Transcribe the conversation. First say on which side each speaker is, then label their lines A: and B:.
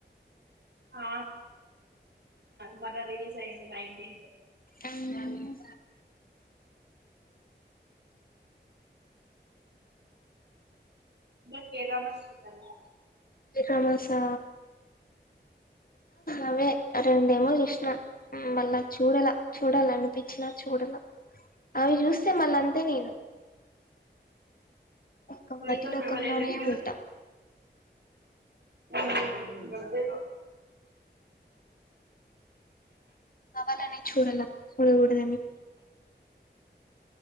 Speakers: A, on the right (about 65°); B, on the left (about 50°).
A: ఆ మొన్న రీలిజ్ అయింది నైన్టీన్త్
B: అవునవును
A: నీ డేట్ ఆఫ్ బర్త్ ఇదేనా
B: డ్రామాసా అవే రెండు ఏమో మళ్ళా చూడాల చూడాలనిపించినా చూడాల అవి చూసి సె మళ్ళ్ అంతే నేను ఇంకా
A: అది
B: వాటి లోకంలోనే
A: చూడలేదు
B: ఉంటా
A: మ్ అంటే
B: వాళ్ళని చూడాల చూడకూడదని